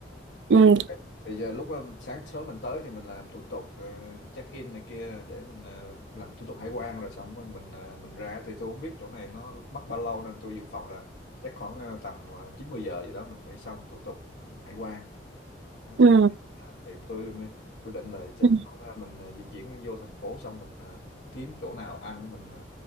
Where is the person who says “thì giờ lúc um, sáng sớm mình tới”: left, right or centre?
Left